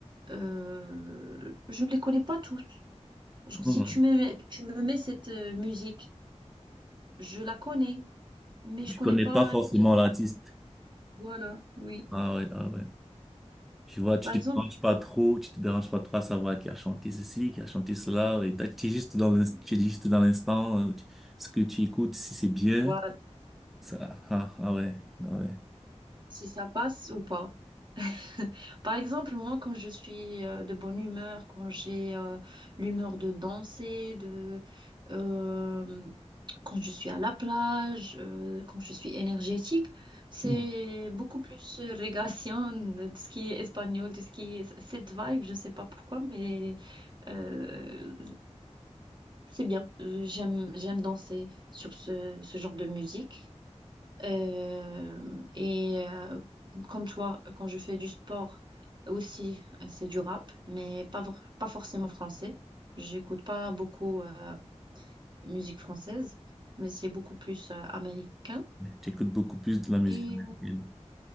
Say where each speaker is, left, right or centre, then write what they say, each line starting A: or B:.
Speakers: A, on the right; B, in the centre.
A: euh, je ne les connais pas tous. Genre,
B: Mhm.
A: si tu me, tu me mets cette euh, musique. Je la connais, mais je
B: Tu
A: connais
B: connais
A: pas
B: pas forcément
A: qui.
B: l'artiste.
A: Voilà, oui.
B: Ah ouais, ah ouais. Tu vois, tu
A: Par
B: te
A: exemple,
B: déranges pas trop, tu te déranges pas trop à savoir qui a chanté ceci, qui a chanté cela. Et t'as- tu es juste dans l'inst- tu es juste dans l'instant, euh, tu- ce que tu écoutes, si c'est bien.
A: voilà,
B: Ça, ah, ah ouais, ah ouais.
A: si ça passe ou pas. <laughs> Par exemple, moi, quand je suis euh, de bonne humeur, quand j'ai euh, l'humeur de danser, de euh, quand je suis à la plage, euh, quand je suis énergétique, c'est
B: Mhm.
A: beaucoup plus euh, régation, de tout ce qui est espagnol, tout ce qui est cette vibe. Je ne sais pas pourquoi, mais euh, C'est bien. Euh, j'aime, j'aime danser sur ce, ce genre de musique. Euh, et euh, comme toi, quand je fais du sport aussi, euh, c'est du rap, mais pas, vr- pas forcément français. J'écoute pas beaucoup euh, musique française, mais c'est beaucoup plus euh, américain.
B: Mhm. J'écoute beaucoup plus de la musique
A: Et
B: américaine.
A: euh,